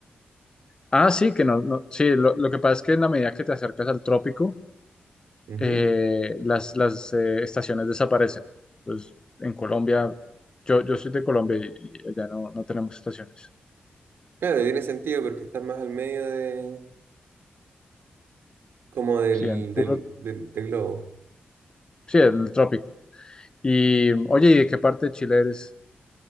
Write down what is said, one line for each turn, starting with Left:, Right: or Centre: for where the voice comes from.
Left: Ah, sí, que no, no, sí, lo, lo que pasa es que en la medida que te acercas al trópico,
Right: Ujú.
Left: eh, las, las eh, estaciones desaparecen. Entonces, en Colombia, yo, yo soy de Colombia y, y allá no, no tenemos estaciones.
Right: Claro, tiene sentido porque estás más al medio de, como del,
Left: Sí, en puro,
Right: del, del, del globo.
Left: sí, en el trópico. Y, oye, ¿y de qué parte de Chile eres?